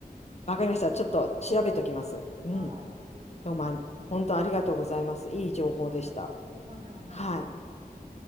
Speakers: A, on the left; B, on the right.
A: わかりました。ちょっと調べときます。
B: い。はい。
A: うん。
B: はい。ぜひぜひ。
A: どうもあり、
B: い
A: 本当ありがとうございます。いい情報でした。
B: やとんでもないです。とんでもないです。
A: はい。
B: はい